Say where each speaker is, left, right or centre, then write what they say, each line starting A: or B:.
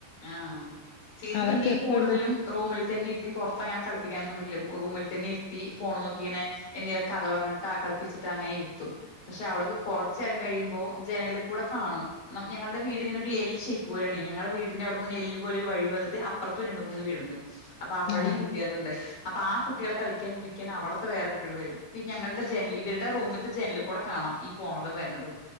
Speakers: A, on the left (about 25°); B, on the left (about 85°).
A: ആഹ് ചേച്ചി
B: അവർക്ക്
A: പിന്നിം
B: എപ്പോഴും
A: കൂടുതലും റൂമിൽ തന്നെ ഇരുത്തി പുറത്ത് അങ്ങനെ കളിപ്പിക്കാനൊന്നുവിടില്ല റൂമിൽ തന്നെ ഇരുത്തി ഫോണ് നോക്കിങ്ങനെ എന്തേങ്കിലൊക്കെ കഥ പറഞ്ഞിട്ടാ കളിപ്പിച്ചിട്ടോ അങ്ങെനെ ഇരുത്തും. പക്ഷെ അവൾക്ക് കൊറച്ചേരം കഴിയുമ്പോ ജനൽ കൂടെ കാണും. ഞങ്ങളുടെ വീട് ഇങ്ങനെ ഒരു എൽ ഷയ്പ്പ് പോലെയാണ് ഞങ്ങളടെ വീട് വീടിന്റെ അവിന്ന് ഒര് എല് പോലെ വഴി വന്നിട്ട് അപ്പറത്തും രണ്ട് മൂന്ന് വീടുണ്ട്. അപ്പൊ അവിടെയും
B: ആഹ്
A: കുട്ടികളുണ്ട്. അപ്പൊ ആഹ് കുട്ടികളെ കളിക്കാൻ വിളിക്കാൻ അവിടുത്തെ വേറെ കുട്ടികൾ വരും ഇപ്പ ഞങ്ങളുടെ ജനൽ ഇവരുടെ റൂമിലത്തെ ജനലൽ കൂടെ കാണാം. ഈ പോണതും വരുന്നതും